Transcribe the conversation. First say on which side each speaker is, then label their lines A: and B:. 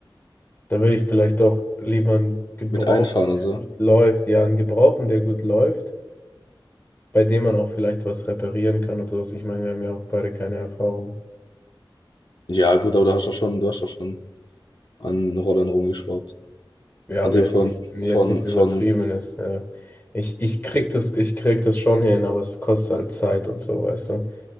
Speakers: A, on the left (about 25°); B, on the left (about 60°).
A: Da würde ich vielleicht auch lieber einen Gebrauchten,
B: mit Einfahren und
A: der
B: so.
A: gut läuft. Ja, einen Gebrauchten, der gut läuft, bei dem man auch vielleicht was reparieren kann und sowas. Ich meine, wir haben ja auch beide keine Erfahrung.
B: Ja, gut, aber du hast doch schon, du hast doch schon an Rollern rumgeschraubt.
A: Ja,
B: An
A: aber
B: dem
A: jetzt
B: von,
A: nichts, jetzt
B: von,
A: nichts Übertriebenes.
B: von,
A: ja. Ich, ich krieg
B: okay.
A: das, ich krieg das schon hin, aber es kostet halt Zeit und so, weißt du.